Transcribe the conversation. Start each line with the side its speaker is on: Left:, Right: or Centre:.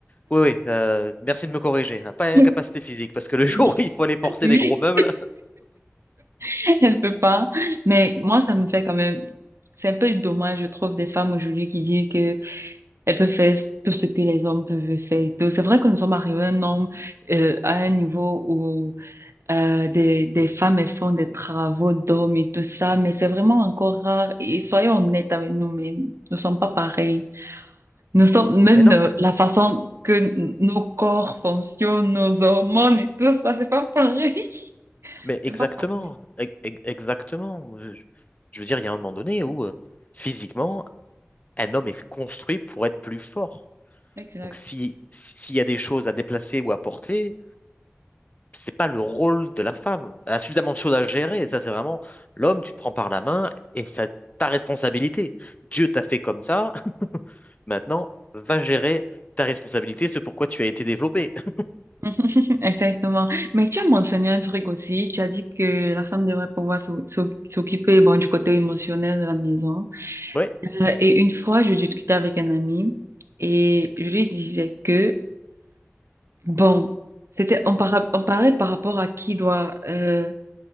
Left: Oui, oui, euh, merci de me corriger. On n'a pas la
Right: <laughs>
Left: même capacité physique, parce que le
Right: Oui,
Left: <laughs> jour où il faut aller porter
Right: oui.
Left: des gros meubles,
Right: <laughs> Elle peut pas. Mais moi, ça me fait quand même. C'est un peu dommage, je trouve, des femmes aujourd'hui qui disent que elles peuvent faire tout ce que les hommes peuvent faire et tout. C'est vrai que nous sommes arrivés à un homme, euh, à un niveau où euh, des, des femmes elles font des travaux d'hommes et tout ça, mais c'est vraiment encore rare. Et soyons honnêtes avec nous-mêmes, nous ne sommes pas pareils. Nous sommes même
Left: Mais non,
Right: euh, la façon que n- nos corps fonctionnent, nos hormones et tout ça, c'est pas pareil. <laughs>
Left: mais exactement,
Right: C'est pas pareil.
Left: e- e- exactement. Euh, Je veux dire, il y a un moment donné où euh, physiquement, un homme est construit pour être plus fort.
Right: Exact.
Left: Donc, si, si- s'il y a des choses à déplacer ou à porter, c'est pas le rôle de la femme. Elle a suffisamment de choses à gérer. Et ça, c'est vraiment l'homme, tu te prends par la main et c'est ta responsabilité. Dieu t'a fait comme ça. <laughs> Maintenant, va gérer ta responsabilité, ce pourquoi tu as été développé. <laughs>
Right: <laughs> Exactement. Mais tu as mentionné un truc aussi. Tu as dit que la femme devrait pouvoir s'o- s'o- s'occuper, bon, du côté émotionnel de la maison.
Left: Ouais,
Right: Euh, et une fois, je discutais avec un ami et je lui disais que, bon, c'était, on, para- on parlait par rapport à qui doit euh,